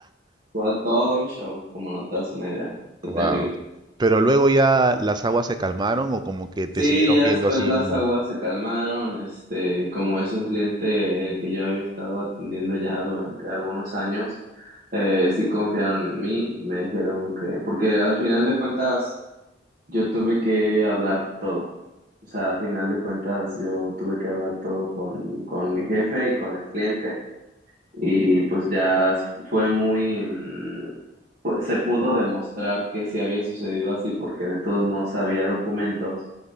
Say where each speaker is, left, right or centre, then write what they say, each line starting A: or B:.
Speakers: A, on the right (about 45°); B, on the right (about 25°).
A: fue todo un show, como no te das una idea. Fue
B: Wow.
A: terrible.
B: Pero luego ya las aguas se calmaron o como que te
A: Sí,
B: siguieron
A: ya
B: viendo
A: después
B: así.
A: las
B: mm,
A: aguas se calmaron, este, como es un cliente el que yo había estado atendiendo ya durante algunos años, eh, sí confiaron en mí, me dijeron que, porque al final de cuentas yo tuve que hablar todo, o sea, al final de cuentas yo tuve que hablar todo con, con mi jefe y con el cliente, y pues ya s- fue muy, mm, fue- se pudo demostrar que sí había sucedido así porque de todos modos había documentos